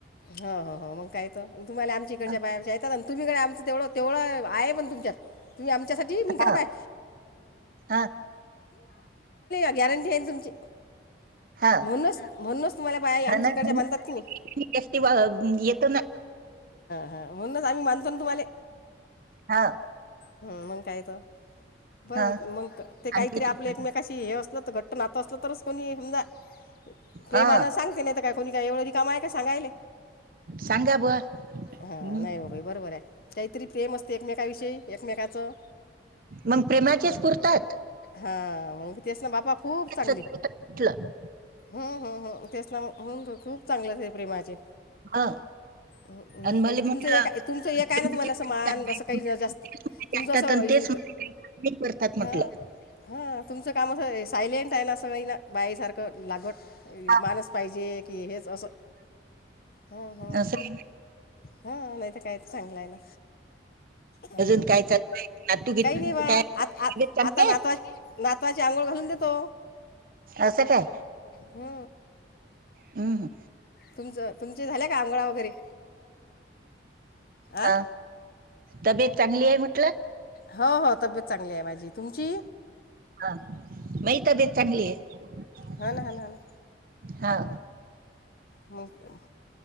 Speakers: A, on the left (about 50°); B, on the right (about 50°).
A: हो हो हो मग काय तर तुम्हाला आमच्या इडच्या
B: हा
A: बाहेच्या येतात तुम्हीकडे आमचं तेवढं तेवढं आहे पण तुमच्यात तुम्ही आमच्यासाठी मी घहा
B: हा
A: बाय
B: हा
A: गॅरंटी आहे ना तुमची
B: हा
A: म्हणूनच म्हणूनच तुम्हाला बाय आमच्या
B: ना, ना
A: इकडच्या
B: म्हणून
A: बांधतात की नाही
B: जास्ती बा येत ना
A: हा म्हणूनच आम्ही मानतो ना तुम्हाला
B: हा
A: हम मंग काय तर बरं
B: हा
A: बर मग ते काहीतरी
B: आमच्या
A: आपलं एकमेकाशी हे असल तर घट ना आता असलं तरच कोणी समज प्रेमाला
B: हा
A: सांगते नाही तर काय कोणी काही एवढंध काम आहे का सांगायले
B: सांगा बुवा
A: हा
B: मग-
A: नाही हो बाई बरोबर आहे काहीतरी प्रेम असते एकमेकाविषयी एकमेकचं
B: मग प्रेमाचे स्फुरतात
A: हा मगती अस ना बापा खूप चांगली
B: सगळे होतात म्हटलं
A: हम् तेचना होन खूप चांगलंच प्रेमाचे
B: हा
A: तुमचं
B: आणि मला म्हटलं
A: एक तुमचं एक आहे
B: प्रेमाचेच
A: ना तुम्हाला असं
B: सगळे
A: मान
B: आहेत.
A: कसं काही जास्त
B: तेच मला
A: तुमचं
B: ऐकतात
A: असं
B: आणि तेच मला काही नाही करतात म्हटलं
A: हा हा तुमचं काम असं सायलेंट आहे काय ना सना बाय सारख लागत
B: हा,
A: माणस पाहिजे की हेच असं हम हम
B: असं आहे.
A: हा नाही तर काही तर चांगलं आहे ना ह
B: अजून काय चालू आहे नातू गीतू
A: काही नाही
B: कसं
A: बा
B: काय
A: आता
B: तब्येत चांगली
A: आता नातवा
B: आहेत
A: ना त आंघोळ घालून देतो
B: असं काय
A: हो
B: हम्
A: तुमचं तुमचे झाले का आंघोळा वगैरे आ
B: हा तबीेत चांगली आहे म्हटलं
A: हो हो तब्येत चांगली आहे माझी तुमची
B: हा मई तबीेत चांगली आहे
A: हो ना हो ना हो ना
B: हा
A: म